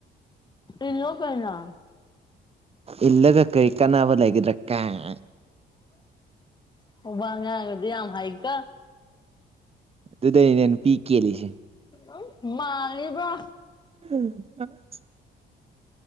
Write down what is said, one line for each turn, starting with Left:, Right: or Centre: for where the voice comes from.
Left: ꯏꯜꯂꯣ ꯀꯩꯅꯣ
Right: ꯏꯜꯂꯒ ꯀꯩ ꯀꯥꯅꯕ ꯂꯩꯒꯗ꯭ꯔ ꯀꯥꯏ
Left: <unintelligible> ꯉꯥꯡꯕꯗꯤ ꯌꯥꯝ ꯍꯩꯀꯣ
Right: ꯑꯗꯨꯨꯗꯩꯅꯦ ꯅꯨꯄꯤ ꯀꯦꯜꯂꯤꯁꯦ
Left: ꯎꯨꯝꯍ ꯃꯥꯜꯂꯤꯕ꯭ꯔꯥ
Right: <inaudible>